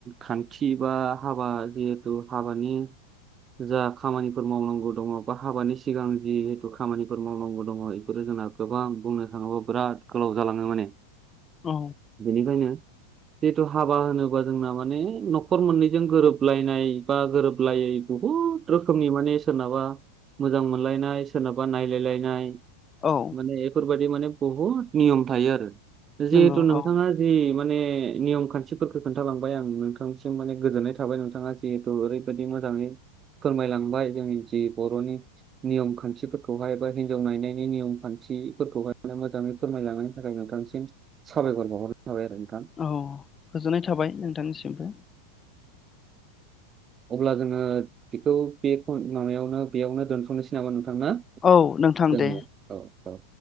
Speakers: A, on the right; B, on the left.
A: खान्थि बा हाबा जिहेथु हाबानि जा खामानिफोर मावनांगौ दङ बा हाबानि सिगां जिहेथु खामानिफोर मावनांगौ दङ बेफोरो जोंना गोबां बुंनो थाङोब्ला बिराद गोलाव जालाङो माने।
B: औ
A: बेनिखायनो जिहेथु हाबा होनोबा जोंना माने न'खर मोननैजों गोरोबलायनाय बा गोरोबलायै बहुत रोखोमनि माने सोरनाबा मोजां मोनलायनाय सोरनाबा नायलायलायनाय
B: औ
A: माने बेफोर बेफोरबायदि माने बहुत नियम थायो आरो जेहेथु
B: नंगौ
A: नोंथाङा
B: औ
A: जे माने नियम खान्थिफोरफोरखौ खोन्थालांबाय आं नोंथांसिम माने गोजोननाय थाबाय नोंथाङा जिहेथु ओरैबायदि मोजाङै फोरमायलांबाय जोंनि जि बर'नि नियम खान्थिफोरखौहाय बा हिनजाव नायनायनि नियम खान्थिफोरखौहाय माने मोजाङै फोरमायलांनायनि थाखाय नोंथां। एसेनोसै साबायखर। थाबाय आरो नोंथां।
B: औ गोजोननाय थाबाय नोंथांनिसिमबो।
A: अब्ला जोङो बेखौ बे माबायावनो बेयावनो दोनथ'नोसै नामा? थाङा
B: औ नोंथां
A: जों
B: दे
A: औ औ।